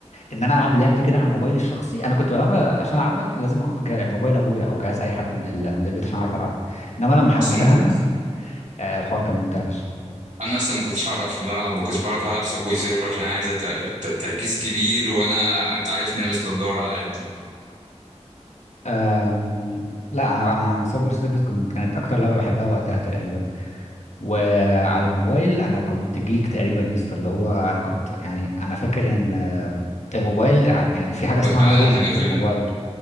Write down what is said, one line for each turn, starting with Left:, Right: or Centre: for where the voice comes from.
Left: ان انا العب اللعبه دي كده على الموبايل الشخصي انا كنت بلعبها عشان العبها لازم اخد جا- موبايل ابويا او جهاز اي حد من ال... من البيت عشان اعرف العبها انما لما حملتها
Right: اصلا ما كنت
Left: انا آه، الحوار كان ممتع فشخ
Right: انا اصلا ما كنتش هعرف بلعب ما كنتش بعرف العب سبوي سيرفر عشان عايزه ت... ت... تركيز كبير وانا انت عارفني لابس نضاره على قدي
Left: أم، لا انا انا سايبر سيرفيس كنت كانت اكتر لعبه بحبها وقتها تقريبا وعلى الموبايل انا كنت جيك تقريبا يا اسطى اللي هو انا كنت يعني انا فاكر ان الموبايل ع- يعني في حاجه اسمها
Right: كنت اعلى
Left: روم
Right: حاجه
Left: في
Right: في
Left: الموبايل
Right: ال...